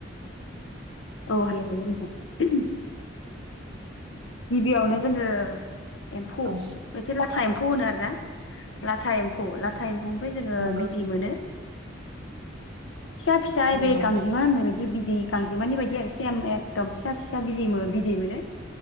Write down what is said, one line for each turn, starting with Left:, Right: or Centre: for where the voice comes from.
Left: औ हायो <unintelligible> गिबियावनो जोङो एम्फौ
Right: औ
Left: बैखो लाथा एम्फ एम्फौ होनो आरोना लाथा एम्फौ लाथा एम्फौ ओमफाय जोङो
Right: नंगौ
Left: बिदै मोनो। फिसा फिसा एइबे
Right: नंगौ
Left: गांजेमा होननाय बायदि बिदि गांजेमानि बायदि आरो सेम एकदम फिसा फिसा बिजै-बिदै मोनो।